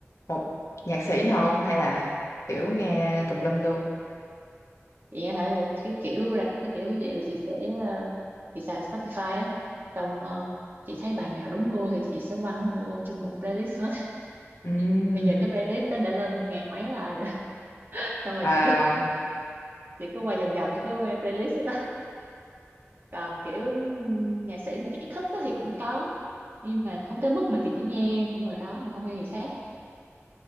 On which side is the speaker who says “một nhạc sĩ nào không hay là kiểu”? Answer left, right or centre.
Left